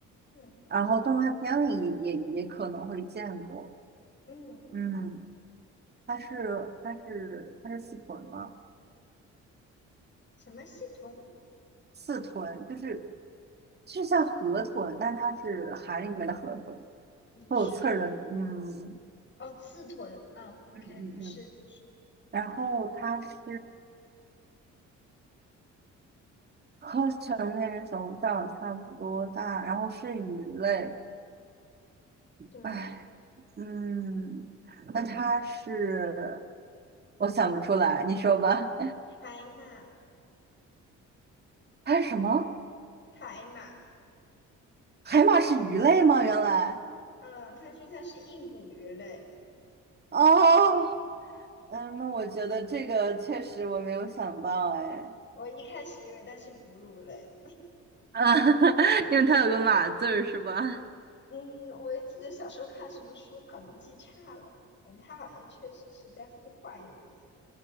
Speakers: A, on the left (about 40°); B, on the right (about 35°).
A: 嗯
B: 然后动画片里也也可能会见过，
A: 嗯，
B: 嗯。它是它是它是四臀吗？
A: 什么蜥豚？
B: 四臀就是就像河豚，但它是海里面的河豚，
A: 不是，
B: 会有刺儿的，嗯
A: 哦，刺豚。啊 o
B: 嗯嗯嗯。
A: k 不是不是。
B: 然后它是和成年人手掌差不多大，然后是鱼类，
A: 对，
B: 唉，嗯，那它是我想不出来，你说吧，
A: 海马
B: <laughs> 它是什么？
A: 海马。
B: 海马是鱼类吗？原来。
A: 嗯，他说它是硬骨鱼类。
B: 哦，嗯，那我觉得这个确实我没有想到，哎，
A: 我一开始以为它是哺乳类，
B: 啊，<laughs> 因为它有个马字儿是吧？
A: 嗯，我也记得小时候看什么书，可能记差了，嗯，它好像确实是在孵化有机